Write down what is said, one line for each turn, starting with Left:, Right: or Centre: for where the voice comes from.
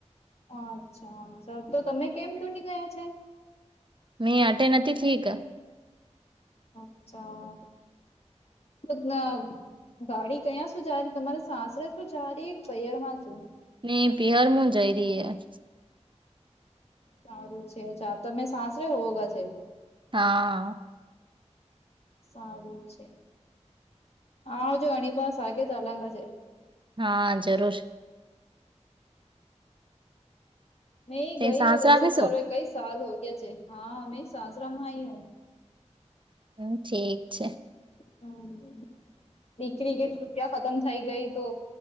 Left: અચ્છા સર તો તમે કેમ કે ની ગયા છે.
Right: મે અટે નથી થીક.
Left: અચ્છાના. ગાડી કયાં શું જારી તમારે સાસરે શું જારી પયર માં શું.
Right: ને બિહારમાં જઈ ર
Left: સારું છે અછા તમે સાસરે હોવોગા છે.
Right: હા
Left: સારું છે હા જો ઘણીબ સાગે તલંગર છે.
Right: હા જરૂર.
Left: મે
Right: તે
Left: ગઈ
Right: સાસરા
Left: હું દર્શન
Right: આવીશું
Left: કરવા કઈ સાલ હો ગયા છે હા મેં સાસરા માં આઈ હું.
Right: હમ ઠીક છે.
Left: હમ. દીકરી કે છુટિયા ખતમ થઇ ગઈ તો